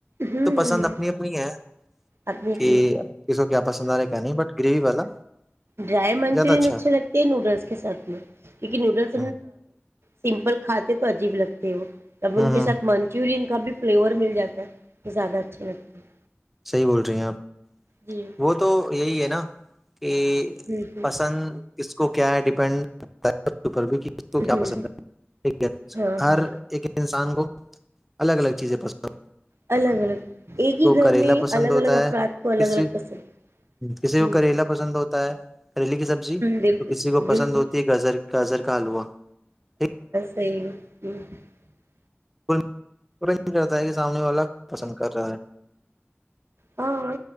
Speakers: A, on the right; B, in the centre.
A: ہوں
B: تو پسند اپنی اپنی ہے
A: اپنی اپنی
B: کہ کسی کو کیا پسند آ رہا کیا نہیں بٹ گریوی والا
A: ڈرائی منچورین
B: زیادہ اچھا
A: اچھے لگتے ہے نوڈلس کے ساتھ میں کیونکہ نوڈلس
B: ہ
A: سمپل کھدے تو عجیب لگتے وہ تب
B: ہ
A: ان کے ساتھ
B: ہ
A: منچورین کا بھی فلیور مل جاتا ہے تو زیادہ اچھے لگتے ہیں
B: صحیح بول رہی ہیں آپ
A: جی
B: وہ تو یہی ہے نا کہ
A: ہوں ہوں
B: پسند کس کو کیا ہے ڈیپینڈ او کہ اس کو کیا
A: ہوں
B: پسند ہے
A: ہاں
B: ہر
A: ہاں
B: ایک انسان کو الگ الگیزیں پس
A: الگ الگ ایک ہی گھر
B: کریلا
A: میں
B: پسند
A: الگ
B: ہوتا
A: الگ افراد
B: ہے
A: کو الگ
B: کسی
A: الگ
B: ہ
A: پسند
B: کسی کو
A: ہوں
B: کریلا پسند ہوتا ہے کریلے کی سبزی
A: بالکل
B: تو کسی کو پسند
A: بالکل
B: ہوتی ہے گر گجر کا حلوا ٹھیک
A: نہیںی ہ
B: تا کہ سامنے والا پسند کر رہا ہے
A: ہاں